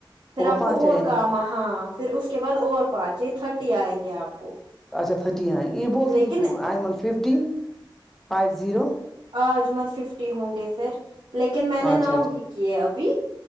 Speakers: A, on the right; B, in the centre.
A: پھر آپ
B: پانچ
A: کو
B: آئے
A: اور کام ہاں پھر اس اس کے بعد اور پانچیں تھرٹی آئیں گے آپ کو
B: اچا تھٹین آ یہ بولتی
A: لیکن
B: تھی آئن ففٹین فائیو زیرو
A: آجمت ففٹی ہوں گے پھر لیکن میں نے
B: اچھا
A: ناؤ
B: اچھا
A: ہی کیے ابھی